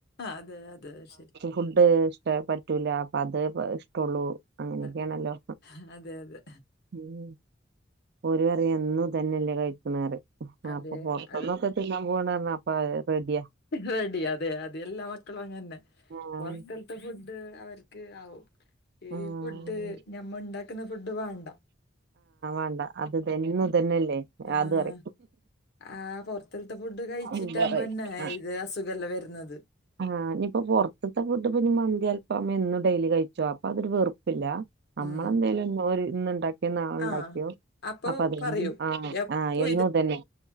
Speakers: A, on the left; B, on the right.
A: ആഹ് അതെ അതെ അശരി
B: ഫുഡ് ഇഷ്ട പറ്റൂല അപ്പ അത് പ ഇഷ്ടള്ളു അങ്ങനെയൊക്കെയാണല്ലോ
A: അ- അതെ അതെ
B: ഉം ഓര് പറയും എന്നും ഇതന്നല്ലേ കഴിക്കുന്നെറയും
A: അതെ
B: അപ്പൊ പൊറത്തുന്നൊക്കെ
A: അത്
B: തിന്നാൻ പോണറഞ്ഞ അപ്പ റെഡിയാ
A: റെഡി അതെ അതെല്ലാ മക്കളും അങ്ങനെന്നെ
B: ആഹ്
A: പൊറത്തലത്തെ ഫുഡ് അവർക്ക് ആവും. ഈ
B: ആഹ്
A: ഫുഡ് ഞമ്മ ഇണ്ടാക്കുന്ന ഫുഡ് വാണ്ട
B: വാണ്ട അത് തെന്നു ഇതന്നെല്ലേ
A: ആഹ്
B: അത്റയും
A: ആ പൊറത്തിലത്തെ ഫുഡ് കഴിച്ചിട്ടാമ്പോന്നെ
B: ഇല്ല പറയും ആ
A: ഇത് അസുഖല്ലേ വരുന്നത്.
B: ആഹ് ഞിപ്പൊ പൊറത്തത്തെ ഫുഡ് ഇപ്പൊഞ്ഞി മന്തി അൽഫാമ് എന്നും ഡെയിലി കഴിച്ചോ അപ്പൊ അതൊരു വെറുപ്പില്ല നമ്മളെന്തേലും
A: ഉം
B: ന്ന് ഒര് ഇന്ന് ഇണ്ടാക്കിയോ നാളെണ്ടാക്കിയോ
A: ആഹ് അപ്പൊ
B: അപ്പ അത്
A: പറയും
B: എൻ ആ
A: എപ്പോ
B: ആഹ് എന്നും ഇതന്നെ